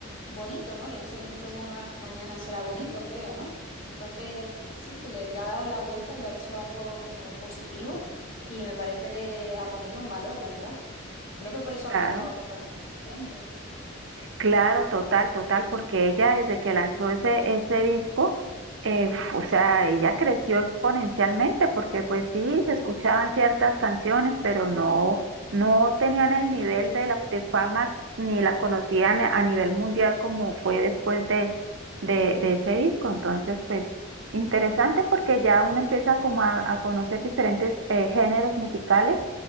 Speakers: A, on the left (about 80°); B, on the right (about 70°).
A: bonito, ¿no? De hecho, el disco se llama Mañana será bonito, creo, ¿no? Entonces, sí, que le, le ha dado la vuelta y lo ha hecho algo como positivo y me parece de, a ponerlo en valor, la verdad. Creo que por eso ha
B: claro.
A: conectado con tanta gente.
B: Claro, total, total, porque ella desde que lanzó ese, ese disco, eh, o sea, ella creció exponencialmente, porque pues sí, se escuchaban ciertas canciones, pero no, no tenían el nivel de la de fama ni la conocían a nivel mundial como fue después de, de, de ese disco. Entonces, pues interesante porque ya uno empieza como a, a conocer diferentes eh, géneros musicales